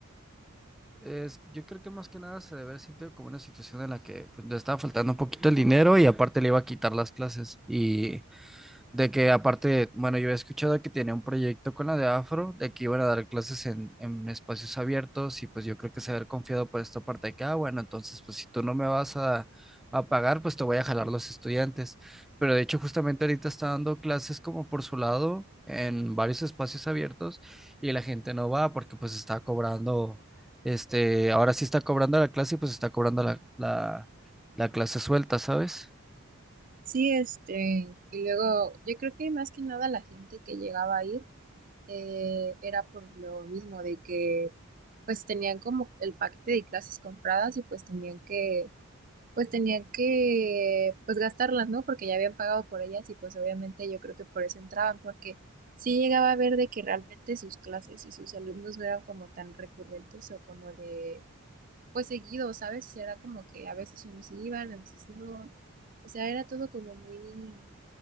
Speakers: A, in the centre; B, on the right.
A: Es, yo creo que más que nada se debe haber sentido como una situación en la que pues, le estaba faltando un poquito el dinero y aparte le iba a quitar las clases. Y de que aparte, bueno, yo había escuchado que tenía un proyecto con la de Afro, de que iban a dar clases en, en espacios abiertos y pues yo creo que se haber confiado por esta parte de que, ah, bueno, entonces pues si tú no me vas a, a pagar, pues te voy a jalar los estudiantes. Pero de hecho justamente ahorita está dando clases como por su lado en varios espacios abiertos y la gente no va porque pues está cobrando, este, ahora sí está cobrando la clase y pues está cobrando la, la, la clase suelta, ¿sabes?
B: Sí, este, y luego yo creo que más que nada la gente que llegaba a ir eh, era por lo mismo de que pues tenían como el paquete de clases compradas y pues tenían que, pues tenían que pues gastarlas, ¿no? Porque ya habían pagado por ellas y pues obviamente yo creo que por eso entraban, porque sí llegaba a ver de que realmente sus clases y sus alumnos no eran como tan recurrentes o como de, pues seguido, ¿sabes? Era como que a veces unos iban, a veces no. O sea, era todo como muy